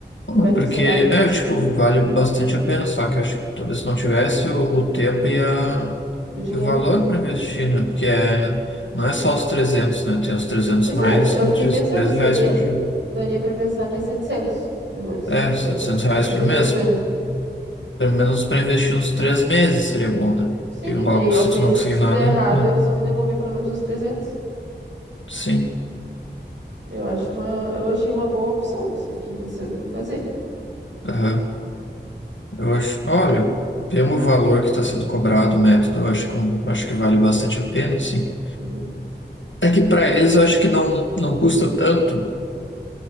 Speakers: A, on the right; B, on the left.
A: Como
B: Não,
A: é que
B: Porque,
A: funcionava
B: é, tipo, vale bastante a pena, só que acho que talvez se não tivesse o, o tempo e, a,
A: o dinheiro,
B: e o valor
A: né?
B: para investir, né? Porque é, não é só os 300 né? Tem os 300
A: Pois
B: mais,
A: é,
B: como
A: eu fiquei
B: tu disse,
A: pensando,
B: 13
A: seria,
B: reais por dia.
A: daria pra pensar que é 700 mais ou menos,
B: É,
A: por
B: 700
A: mês.
B: reais
A: setecentos
B: por mês.
A: e cinquenta
B: Pelo menos para investir uns três meses seria bom, né?
A: Sim,
B: Que logo,
A: que daí aos
B: se
A: meses
B: tu não conseguir
A: que se
B: nada,
A: der errado,
B: é.
A: eles vão me devolver pelo menos os trezentos
B: Sim.
A: Eu acho uma, eu achei uma boa opção, se fiquei pensando em fazer.
B: Aham. Eu acho. Olha, pelo valor que está sendo cobrado o método, eu acho que, acho que vale bastante a pena, sim.
A: Uhum.
B: É que para eles eu acho que não, não custa tanto,